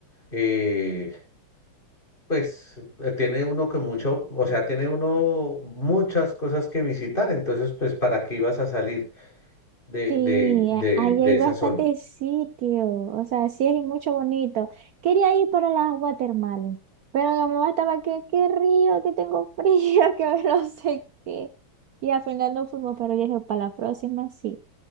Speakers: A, on the left; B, on the right.
A: eh, pues eh, tiene uno que mucho, o sea, tiene uno muchas cosas que visitar, entonces, pues, ¿para qué ibas a salir de,
B: Sí,
A: de, de,
B: a- ahí
A: de
B: hay
A: esa
B: bastantes
A: zona?
B: sitios, o sea, sí hay mucho bonito. Quería ir para las watermelon, pero mi mamá estaba que, qué río, que tengo frío, <laughs> que no sé qué. Y al final no fuimos, pero yo dije, para la próxima sí.